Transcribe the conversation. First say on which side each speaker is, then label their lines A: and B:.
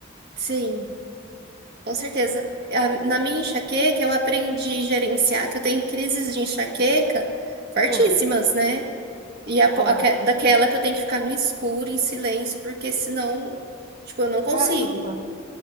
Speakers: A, on the right; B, on the right.
A: sim, com certeza. A- Na minha enxaqueca, eu aprendi a gerenciar, que eu tenho crises de enxaqueca fortíssimas,
B: Hum,
A: né? E a, po-
B: ah,
A: aque- daquela que eu tenho que ficar no escuro, em silêncio, porque senão, tipo, eu não consigo.
B: caramba,